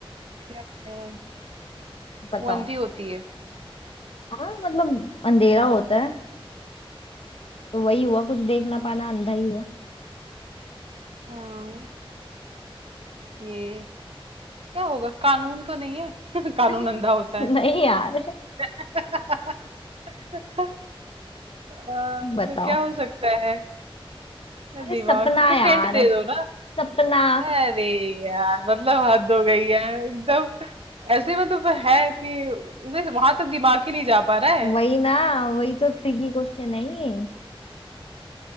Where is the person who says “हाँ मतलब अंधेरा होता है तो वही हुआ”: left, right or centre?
Left